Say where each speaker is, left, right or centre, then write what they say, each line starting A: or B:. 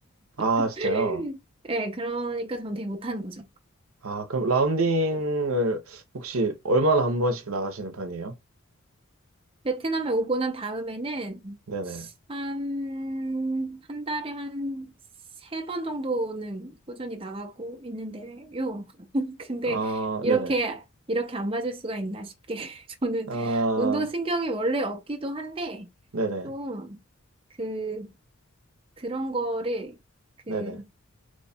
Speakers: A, on the right; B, on the right.
A: 아,
B: <laughs>
A: 진짜요?
B: 네, 그러니까 전 되게 못하는 거죠.
A: 아, 그럼 라운딩을 혹시 얼마나 한 번씩 나가시는 편이에요?
B: 베트남에 오고 난 다음에는
A: 네네.
B: 한, 한 달에 한 세 번 정도는 꾸준히 나가고 있는데요. <laughs> 근데
A: 아,
B: 이렇게,
A: 네네.
B: 이렇게 안 맞을 수가 있나 싶게. <laughs> 저는
A: 아,
B: 운동신경이 원래 없기도 한데,
A: 네네.
B: 좀, 그, 그런 거를, 그,
A: 네네.